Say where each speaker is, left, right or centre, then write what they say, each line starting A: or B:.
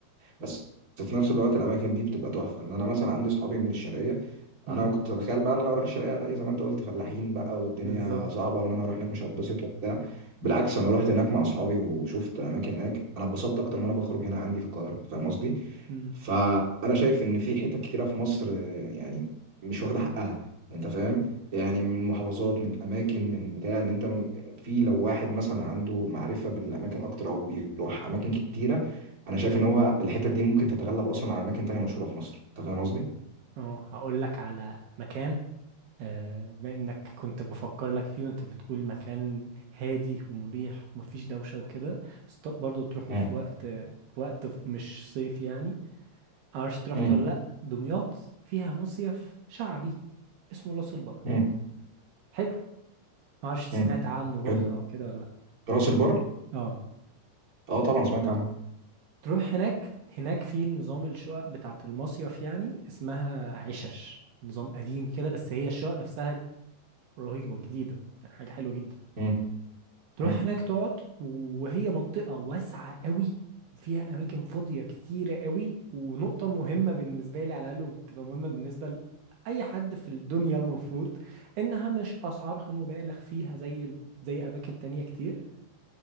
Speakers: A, on the right; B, on the right.
A: بس في نفس الوقت الأماكن دي بتبقى تحفة إن أنا مثلا عندي صحابي من الشرقية
B: مم.
A: انا كنت اتخيل بقى ان انا اروح الشرقية الاقي زي ما انت قلت فلاحين بقى والدنيا
B: بالظبط
A: صعبه وان انا اروح هناك مش هتبسط وبتاع بالعكس انا رحت هناك مع اصحابي وشفت اماكن هناك انا اتبسطت اكتر ما انا بخرج هنا عندي في القاهره فاهم قصدي
B: مم.
A: فانا شايف ان في حتت كتيره في مصر آه، يعني مش واخده حقها انت فاهم يعني من محافظات من اماكن من بتاع ان انت في لو واحد مثلا عنده معرفه بالاماكن اكتر او بيروح اماكن كتيره انا شايف ان هو الحتت دي ممكن تتغلب اصلا على اماكن تانية مشهوره في مصر انت فاهم قصدي
B: اه هقول لك على مكان آه، بما انك كنت بفكر لك فيه وانت بتقول مكان هادي ومريح ومفيش دوشة وكده بس طب برضه تروحوا
A: مم.
B: في وقت في وقت مش صيف يعني معرفش تروح
A: مم.
B: ولا لا دمياط فيها مصيف شعبي اسمه راس البر
A: مم.
B: حلو معرفش سمعت
A: مم.
B: عنه روحته
A: حلو
B: او كده ولا لا
A: راس البر
B: اه
A: اه طبعا سمعت عنه
B: تروح هناك هناك في نظام الشقق بتاعة المصيف يعني اسمها عشش نظام قديم كده بس هي الشقق نفسها رهيبة جديدة يعني حاجة حلوة جدا
A: مم.
B: تروح
A: مم.
B: هناك تقعد وهي منطقة واسعة قوي فيها أماكن فاضية كتيرة قوي ونقطة مهمة بالنسبة لي على الأقل بتبقى مهمة بالنسبة لأي حد في الدنيا المفروض إنها مش أسعارها مبالغ فيها زي ال... زي أماكن تانية كتير